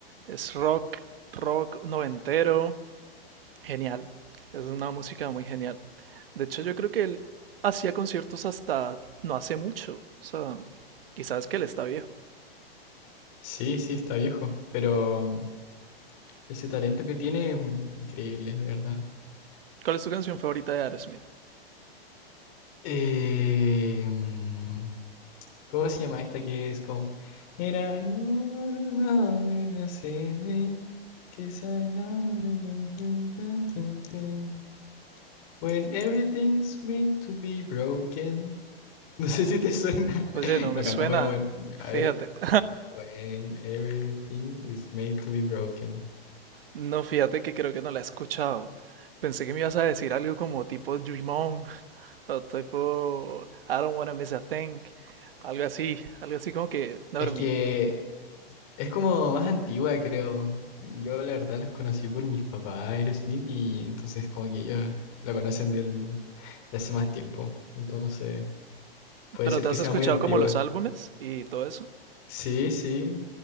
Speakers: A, on the right; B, on the left.
A: Es rock, rock noventero, Genial. Es una música muy genial. De hecho, yo creo que él hacía conciertos hasta no hace mucho. O sea, y sabes que él está viejo.
B: Sí, sí, está viejo, pero mm, ese talento que tiene, mm, increíble, de verdad.
A: ¿Cuál es tu canción favorita de Aerosmith?
B: Eh, mm, ¿Cómo se llama esta que es como... Era no, no, no, de la cene, que sa- na- de la- de- da- da- de. When everything's made to be broken. <laughs> No sé si te suena.
A: Oye,
B: <laughs>
A: no me
B: No
A: suena.
B: canta muy bueno.
A: Fíjate.
B: A ver.
A: <laughs>
B: When everything is made to be broken.
A: No, fíjate que creo que no la he escuchado. Pensé que me ibas a decir algo como tipo Dream On o tipo I don't wanna miss a thing. Algo así, algo así como que dormí.
B: Es que es como más antigua, creo. Yo la verdad los conocí por mis papás, Aerosmith, y entonces como que ellos lo conocen del, de hace más tiempo. Entonces. Puede
A: Pero
B: ser
A: te
B: que
A: has
B: sea
A: escuchado
B: muy antigua.
A: como los álbumes y todo eso.
B: Sí, sí,